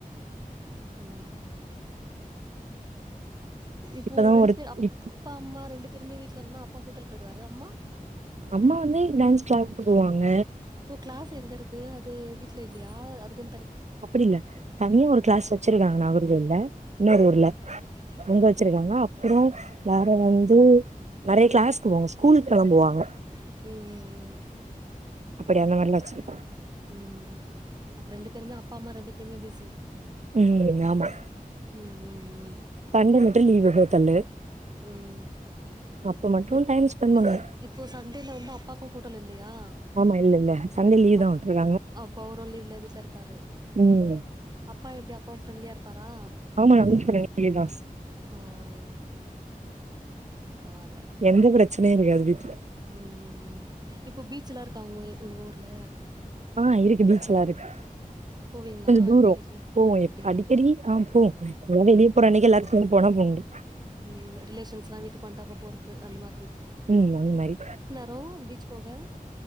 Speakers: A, on the right (about 30°); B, on the right (about 50°).
A: ம் இப்போ
B: இப்பதான்
A: ரெண்டு
B: ஒரு
A: பேர் அப்பா
B: இப்
A: அம்மா ரெண்டு பேருமே வீட்ல இருந்தோ அப்பா ஹோட்டல் போய்டுவாரு அம்மா
B: அம்மா வந்து டான்ஸ் கிளாஸ்க்கு போவாங்க
A: இப்போ கிளாஸ் எங்க இருக்கு அது வீட்ல இல்லையா அதுக்கு
B: அப்டி இல்ல தனியா ஒரு கிளாஸ் வச்சிருக்காங்க நாகர் கோவில்ல இன்னொரு ஊர்ல
A: அ,
B: அங்க
A: அ.
B: வச்சிருக்காங்க அப்றோ வேற வந்து நெறைய கிளாஸ்க்கு போவாங்க ஸ்கூலுக்கு கெளம்புவாங்க
A: ம் ம் ம்
B: அப்டி அந்த மார்லா வச்சிருப்பாங்
A: ம் அப்ப ரெண்டு பேருமே அப்பா அம்மா ரெண்டு பேருமே பிஸி
B: ம் ஆமா
A: ம் ம் ம்
B: சண்டே மட்டு லீவு ஹோட்டல்லு
A: ம், ம்.
B: அப்ப மட்டு
A: இப்
B: டைம் ஸ்பெண் பண்ணுவே
A: இஸ் இப்போ சண்டேல வந்து அப்பாக்கு ஹோட்டல் இல்லையா
B: ஆமா இல்ல இல்ல சண்டே லீவ்
A: அப்
B: தா விட்ருக்காங்க
A: அப்ப அவரும் லீவ்ல வீட்ல இருப்பாரு
B: ம்.
A: அப்பா எப்படி அப்பா ஃப்ரெண்ட்லியா இருப்பாரா
B: ஆமா நல்ல ஃப்ரண்ட்லிதா
A: ம் பரவால்ல
B: எந்த பிரச்சனையு இருக்காது வீட்ல
A: ம் ம் ம் இப்போ பீச்ச எல்லா இருக்கா உங்க உங்க ஊர்ல
B: ஆ இருக்கு பீச்செல்லா இருக்கு
A: போவீங்களா
B: தூரோ
A: அடிக்கடிக்கு
B: போவோ
A: அப்டியா
B: எ அடிக்கடி ஆ போவோ எல்லா வெளியே போற
A: ம்
B: அன்னைக்கு எல்லாருக்கு ஒ போனா போண்டு
A: ம் ரிலேஷன்ஸ்லா வீட்டுக்கு வண்டாப்பா போறது அந்த மாதிரி
B: ம் அந்த மாரி
A: போம் பீச் போக